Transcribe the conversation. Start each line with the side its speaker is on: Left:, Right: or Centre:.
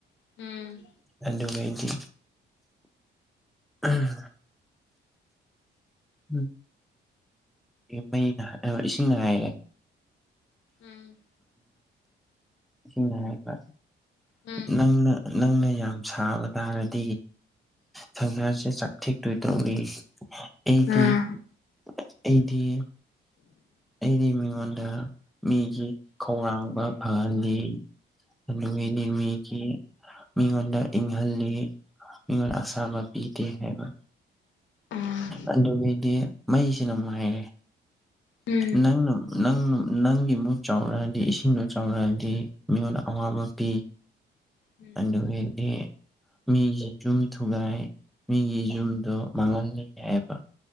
Left: ꯎꯝ
Centre: ꯑꯅꯉꯗꯤ ꯎꯝ ꯌ꯭ꯋꯨꯝ ꯃꯩꯅ ꯏꯁꯤꯡ ꯉꯥꯏꯔꯦ
Left: ꯎꯝ
Centre: ꯎꯕ
Left: ꯎꯝ
Centre: ꯅꯪꯅ ꯅꯪꯅ ꯌꯥꯝ ꯁꯥꯕ ꯇꯥꯔꯗꯤ ꯁꯪꯁꯥꯔꯁꯦ ꯆꯥꯛꯊꯦꯛꯇꯣꯏ ꯇꯧꯏ ꯑꯩꯗꯤꯗꯤ
Left: ꯑꯥ
Centre: ꯑꯩꯗꯤ ꯃꯤꯃꯥꯟꯗ ꯃꯤꯒꯤ ꯈꯧꯔꯥꯡꯕ
Left: ꯑ
Centre: ꯐꯪꯍꯜꯂꯤ ꯑꯗꯨꯒꯤꯗꯤ ꯃꯤꯒꯤ ꯃꯤꯉꯣꯟꯗ ꯏꯪꯍꯜꯂꯤ ꯃꯤꯉꯣꯟꯗ ꯑꯁꯥꯕ ꯄꯤꯗꯦ ꯍꯥꯏꯕ
Left: ꯑꯣ
Centre: ꯑꯗꯨꯒꯤꯗꯤ ꯃꯩꯁꯤꯅ ꯑꯃꯨꯛ ꯍꯥꯏꯔꯦ
Left: ꯎꯝ
Centre: ꯅꯪꯅ ꯅꯪ ꯅꯪꯒꯤ ꯃꯨꯠ ꯆꯥꯎꯔꯛꯑꯗꯤ ꯏꯁꯤꯡꯗꯣ ꯆꯥꯎꯔꯛꯑꯗꯤ ꯃꯤꯉꯣꯟꯗ ꯑꯋꯥꯕ ꯄꯤ
Left: ꯎꯝ
Centre: ꯑꯗꯨꯗꯩꯗꯤ ꯃꯤꯒꯤ ꯌꯨꯝ ꯊꯨꯒꯥꯏ ꯃꯤꯒꯤ ꯌꯨꯝꯗꯣ ꯃꯥꯡꯍꯜꯂ ꯌꯥꯏꯕ